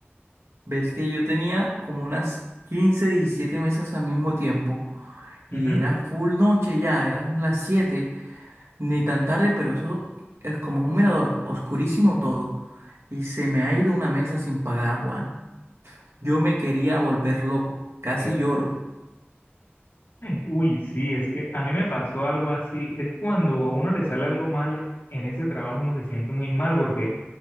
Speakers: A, on the right (about 85°); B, on the left (about 70°).
A: <laughs> Ves que yo tenía como unas 15 17 mesas al mismo tiempo.
B: Ujú.
A: Y era full noche ya, eran las siete ni tan tarde, pero eso es como un mirador, oscurísimo todo. Y se me ha ido una mesa sin pagar, Juan. Yo me quería volver loco, casi
B: <laughs>
A: lloro.
B: Uy, sí, es que a mí me pasó algo así. Es cuando a uno le sale algo mal en ese trabajo, uno se siente muy mal porque